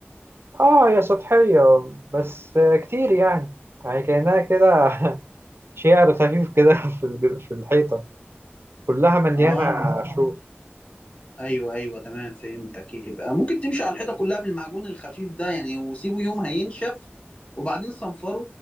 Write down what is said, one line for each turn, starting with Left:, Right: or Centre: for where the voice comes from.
Right: اه هي سطحيه بس كتير يعني يعني كأنها كده <laughs> شعر خفيف كده <laughs> في الج- في الحيطة كلها مليانة
Left: اه
Right: شروخ
Left: ايوه ايوه تمام فهمتك يبقى ممكن تمشي على الحيطه كلها بالمعجون الخفيف ده يعني وسيبه يوم هينشف وبعدين صنفره